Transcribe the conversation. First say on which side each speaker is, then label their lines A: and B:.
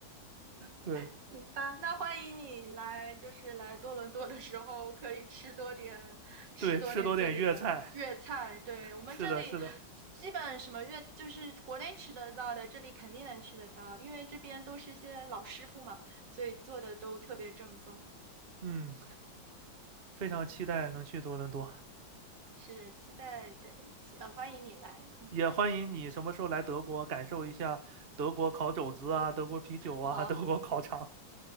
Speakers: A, on the right (about 40°); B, on the right (about 70°).
A: 对
B: 行吧，那欢迎你来，就是来多伦多的时候，可以吃多点，吃多点这里的粤菜。
A: 对，吃多点粤菜。
B: 对，我们这里基本什么粤，
A: 是的，是的，
B: 就是国内吃得到的，这里肯定能吃得到，因为这边都是些老师傅嘛，所以做的都特别正宗。
A: 嗯，非常期待能去多伦多，
B: 是期待，对，呃，欢迎你来，嗯，
A: 也欢迎你什么时候来德国，感受一下德国烤肘子啊，德国啤酒啊，
B: 好，
A: <laughs> 德国烤肠。